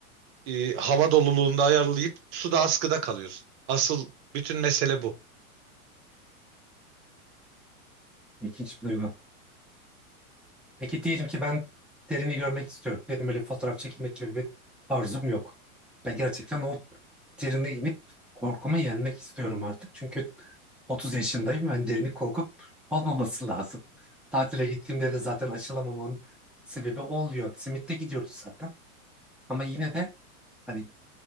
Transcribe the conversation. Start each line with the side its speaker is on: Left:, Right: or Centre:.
Right: e, hava doluluğunda ayarlayıp suda askıda kalıyorsun. Asıl bütün mesele bu.
Centre: İlginç bir duygu. Peki diyelim ki ben derini görmek istiyorum. Benim öyle bir fotoğraf çekmek gibi bir arzum yok. Ben gerçekten o derine inip korkumu yenmek istiyorum artık. Çünkü 30 yaşındayım. Ben derini korkup olmaması lazım. Tatile gittiğimde de zaten aşılamamamın sebebi oluyor. Simit'te gidiyoruz zaten. Ama yine de hani